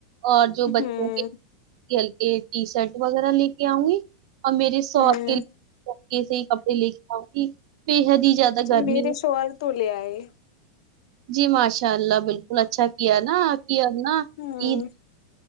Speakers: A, on the right; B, on the left.
A: اور جو
B: ہوں
A: بچوں کے ہلک ٹی شرٹ وغیرہ لے کے آؤں گی اور میرے شوہر
B: ہوں
A: کے ہلکے سے ہی کپڑے لے کے آؤں گی بے حد ہی زیادہ گرمی
B: میرے
A: ہے
B: شوہر تو لیے آئے
A: جی ماشاء اللہ بالکل اچھا کیا نا کیا نا
B: ہوں
A: عید